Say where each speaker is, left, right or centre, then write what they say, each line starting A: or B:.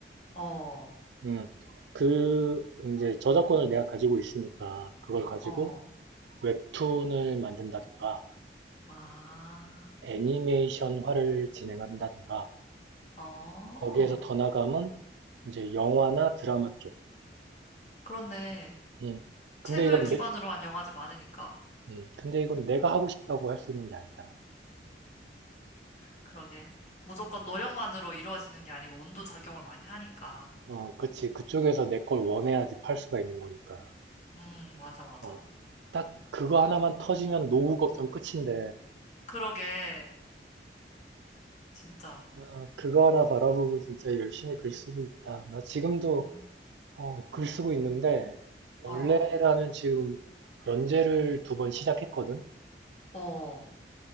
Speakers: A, on the left (about 40°); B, on the right (about 85°).
A: 어,
B: 음. 그, 이제 저작권을 내가 가지고 있으니까 그걸 가지고
A: 어,
B: 웹툰을 만든다든가
A: 아,
B: 애니메이션화를 진행한다든가
A: 어.
B: 거기에서 더 나가면 이제 영화나 드라마 쪽.
A: 그런데
B: 음. 근데
A: 책을
B: 이건
A: 기반으로
B: 내,
A: 한 영화들 많으니까.
B: 음. 근데 이건 내가 하고 싶다고 할 수 있는 게 아니잖아.
A: 그러게. 무조건 노력만으로 이루어지는 게 아니고 운도 작용을 많이 하니까.
B: 어, 그치. 그쪽에서 내 걸 원해야지 팔 수가 있는 거니까.
A: 음, 맞아, 맞아.
B: 어. 딱 그거 하나만 터지면 노후 걱정 끝인데.
A: 그러게. 진짜.
B: 아, 그거 하나 바라보고 진짜 열심히 글 쓰고 있다. 나 지금도
A: 음,
B: 어, 글 쓰고 있는데 원래라면
A: 어,
B: 지금 연재를 두 번 시작했거든.
A: 어.